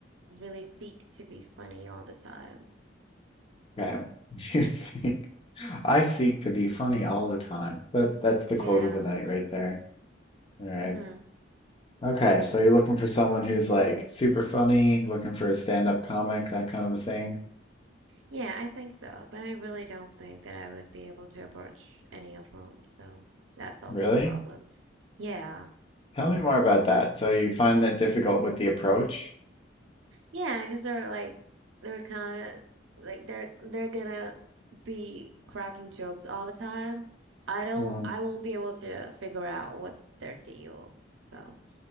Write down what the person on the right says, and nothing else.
really seek to be funny all the time.
Yeah.
hmm
Yeah, I think so. But I really don't think that I would be able to approach any of them. So that's also
a problem. Yeah.
Yeah, because they're like they're kind of like they're they're gonna be cracking jokes all the time. I don't
I won't be able to figure out what's their deal. So